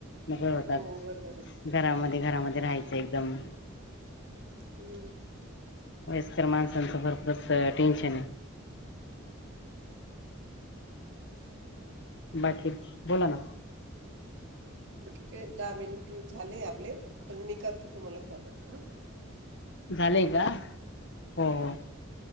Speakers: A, on the left (about 60°); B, on the right (about 65°).
A: मोकळे होतात.
B: हो. बरोबर आहे.
A: घरामध्ये घरामध्ये राहायचं एकदम
B: हम्म
A: वयस्कर <unintelligible> टेन्शन बाकी बोला ना
B: कि ते दहा मिनिट झाले आपले आता मी करते तुम्हाला कॉल आता ह
A: झालंय का? हो हो